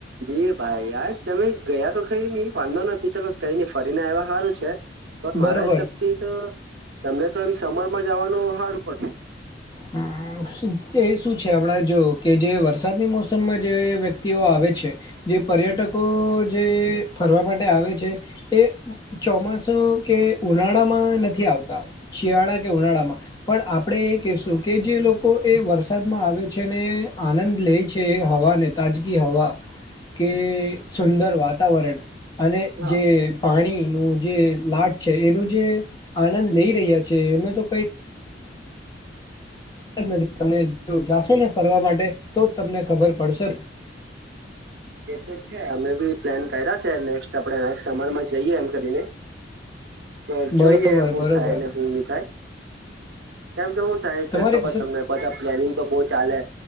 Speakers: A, on the right (about 65°); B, on the left (about 20°).
A: બે ભાઈ યાર તમે ગયા તો કઈ ન વાંધો નથી ચાલ કઈ નઈ ફરીને એવા સારું છે, પણ
B: બરોબર
A: મારા હિસાબ થી તો તમને તો એમ સમરમાં જવાનું હારુ પડતે.
B: હમ્મ એ શું છે, આપણા જો કે જે વરસાદની મોસમમાં જે વ્યક્તિઓ આવે છે, જે પર્યટકો જે ફરવા માટે આવે છે, એ ચોમાસું કે ઉનાળામાં નથી આવતા. શિયાળા કે ઉનાળામાં પણ આપણેે એ કેશુ જે લોકો એ વરસાદમાં આવે છે, ને આનંદ લે છે, હવાને તાજગી હવા.
A: <inaudible>
B: કે સુંદર વાતાવરણ અને
A: હા
B: જે
A: છે.
B: પાણી નું જે લાટ છે, એનો જે આનંદ લઈ રહ્યા છે, એનો તો કઈક <unintelligible> તમે જો જાશો ને ફરવા માટે તો તમને ખબર પડશે.
A: એ તો છે, અમે બી પ્લાન કર્યા છે, નેક્સ્ટ નેક્સ્ટ સમરમાં આપડે જઈએ એમ કરીને. પર જોઈએ
B: બરોબર
A: હું
B: બરોબર
A: થાય ને હું નહી થાય. કેમ કે શું થાય કે
B: તમારી
A: ખબર
B: પાસે
A: તમને બધા પ્લેનિંગ તો બહુ ચાલે